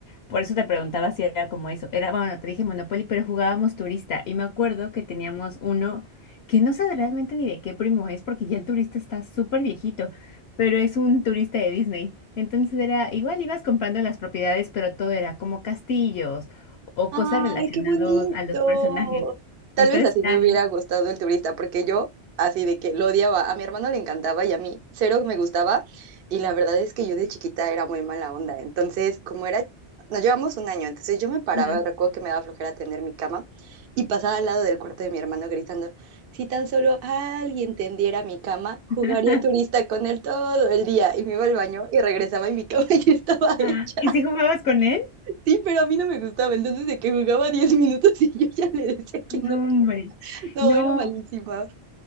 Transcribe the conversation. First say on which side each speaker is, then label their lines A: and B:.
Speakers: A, on the left; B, on the right.
A: Por eso te preguntaba si era como eso. Era, bueno, te dije Monopoly, pero jugábamos turista. Y me acuerdo que teníamos uno que no sé realmente ni de qué primo es, porque ya el turista está súper viejito, pero es un turista de Disney. Entonces era, igual ibas comprando las propiedades, pero todo era como castillos o
B: Ay,
A: cosas relacionadas
B: qué bonito.
A: a los personajes.
B: Tal
A: Entonces,
B: vez así
A: está
B: me hubiera gustado el turista, porque yo así de que lo odiaba. A mi hermano le encantaba y a mí cero me gustaba. Y la verdad es que yo de chiquita era muy mala onda. Entonces, como era, nos llevamos un año, entonces yo me paraba,
A: Ajá.
B: recuerdo que me daba flojera tender mi cama y pasaba al lado del cuarto de mi hermano gritando, si tan solo alguien tendiera mi cama, jugaría
A: <laughs>
B: turista con él todo el día. Y me iba al baño y regresaba y mi cama <laughs> ya estaba hecha.
A: Ah, ¿Y si jugabas con él?
B: Sí, pero a mí no me gustaba. Entonces, de que jugaba 10 minutos y yo ya le decía que
A: No,
B: no.
A: hombre.
B: No,
A: No,
B: era malísima.